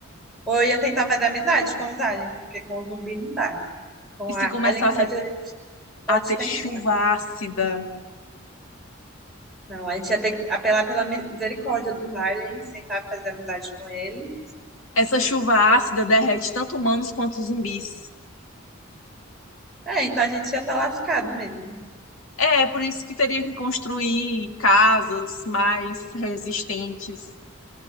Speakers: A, in the centre; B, on the left.
A: Ou eu ia tentar fazer amizade com os aliens, porque com o zumbi não dá. Com
B: E
A: o
B: se começasse
A: alien pode
B: a
A: pode
B: a ter
A: tentar.
B: chuva ácida.
A: Não, a gente ia ter que apelar pela misericórdia dos aliens, tentar fazer amizade com eles.
B: Essa chuva ácida derrete tanto humanos quanto zumbis.
A: É, então a gente ia estar lascado mesmo.
B: É, por isso que teria que construir casas mais resistentes.